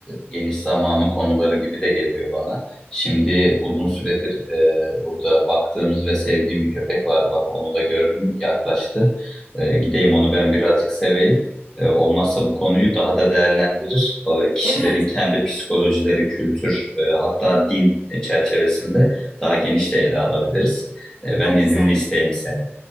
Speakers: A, on the left; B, on the right.
A: geniş zamanın konuları gibi de geliyor bana. Şimdi uzun süredir e, burada baktığımız ve sevdiğim bir köpek var. Bak onu da gördüm, yaklaştı. E, gideyim onu ben birazcık seveyim. E, olmazsa bu konuyu daha da değerlendirir. E, kişilerin
B: Evet,
A: kendi psikolojileri, kültür, e, hatta din çerçevesinde daha geniş de ele alabiliriz. E, ben
B: çok
A: iznini
B: güzel.
A: isteyeyim senin.